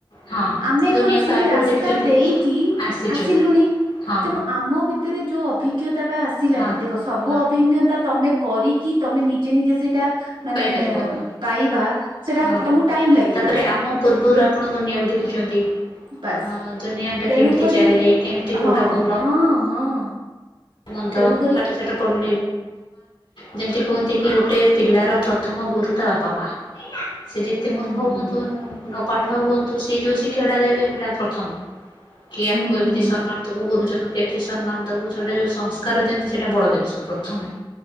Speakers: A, on the left; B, on the right.
A: ହଁ
B: ଆମେ
A: ଦୁନିଆକୁ
B: କୌଣସି
A: ଆଗରୁ
B: ରାସ୍ତା
A: ଦେଖିଛନ୍ତି
B: ଦେଇକି
A: ଆସିଛୁ
B: ଆସିଲୁଣି।
A: ହଁ
B: ତେଣୁ ଆମ ଭିତରେ ଯୋଉ ଅଭିଜ୍ଞତା ଟା ଆସିଲାଣି
A: ହଁ
B: ଦେଖ ସବୁ
A: ହଁ
B: ଅଭିଜ୍ଞତା ତମେ କରିକି ତମେ ନିଜେ ନିଜେ ସେଇଟା ମାନେ
A: କହିପାରିବୁନୁ
B: ପାଇବା ସେଟା
A: ହଁ
B: ତମକୁ ଟାଇମ୍ ଲାଗିବ।
A: ତାପରେ ଆମ ପୂର୍ବରୁ ଆପଣ ଦୁନିଆକୁ ଦେଖିଛନ୍ତି।
B: ବାସ୍
A: ହଁ ଦୁନିଆ ଟା
B: ତେଣୁକରି
A: କେମିତି ଚାଲେ କେମତି
B: ହଁ
A: କୋଉଟା ଭଲ
B: ହଁ ହଁ।
A: ମନ୍ଦ
B: ତେଣୁକରି
A: ପାଠ ସାଠ ପଢ଼ି ଯେମିତି କୁହନ୍ତି କି ଗୋଟେ ପିଲାର ପ୍ରଥମ ଗୁରୁ ତା ବାପା ମା। ସେ ଯେତେ
B: ହୁଁ
A: ମୂର୍ଖ
B: ହୁଁ
A: ହୁଅନ୍ତୁ
B: ହୁଁ
A: ଅପାଠ ହୁଅନ୍ତୁ ସେ ଯୋଉ ଶିକ୍ଷା ଟା ଦେବେ ସେଟା ପ୍ରଥମ। କି ଇଆକୁ
B: ହୁଁ
A: ଏମିତି
B: ହୁଁ ହୁଁ।
A: ସମ୍ମାନ ଦବୁ ଗୁରୁଜନଙ୍କୁ କେମିତି ସମ୍ମାନ ଦବୁ ସେଇଟା ଯୋଉ ସଂସ୍କାର ଦିଅନ୍ତି ସେଇଟା ବଡ ଜିନିଷ ପ୍ରଥମେ।